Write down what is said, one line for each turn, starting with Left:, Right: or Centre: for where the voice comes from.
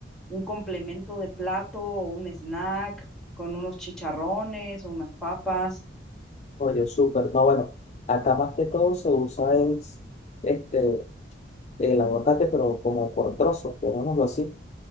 Centre: un complemento de plato o un snack con unos chicharrones o unas papas.
Left: Oye, súper. No, bueno, acá más que todo se usa es este, el aguacate, pero como por trozos, llamémoslo así.